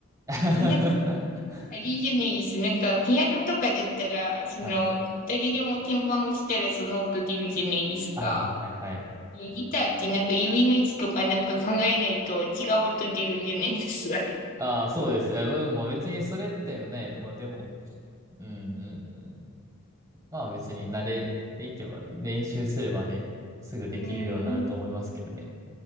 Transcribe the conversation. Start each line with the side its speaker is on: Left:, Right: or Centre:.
Right: <laughs>
Left: えなんあれじゃないです。なんか、ピアノとかだったら、その、
Right: はい。
Left: 誰でも鍵盤を押したらその音出るじゃないですか。
Right: あ、はい、はい、はい。
Left: ギターってなんか指の位置とかなんか考えないと違う音出るんじゃないですか、あれ。
Right: ああ、そうです。いやでも別にそれってね、まあでも、うん、うんうん。まあ別に慣れていけば、練習すればね、すぐできるようになると思いますけどね。
Left: うーん。